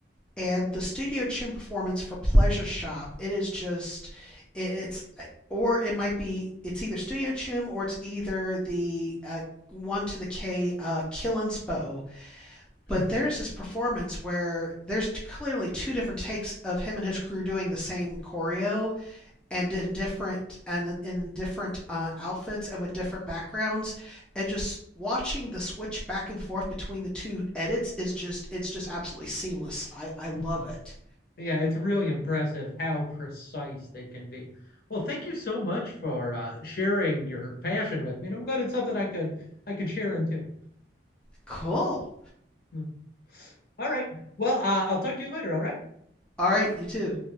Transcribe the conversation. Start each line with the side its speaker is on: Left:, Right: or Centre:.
Centre: and the studio tune performance for Pleasure Shop. It is just it, it's or it might be it's either studio tune or it's either the uh, one to the K uh, Killin's Bow but
Left: Mm.
Centre: there's this performance where there's clearly two different takes of him and his crew doing the same choreo and in different and in different uh, outfits and with different backgrounds, and just watching the switch back and forth between the two edits is just it's just absolutely seamless. I I love
Left: <laughs>
Centre: it.
Left: Yeah, it's really impressive how precise they can be. Well, thank you so much for uh, sharing your passion with me, and I'm glad it's something I could I could share into.
Centre: Cool.
Left: Mm. All right. Well, uh, I'll talk to you later. All right.
Centre: All right, you too.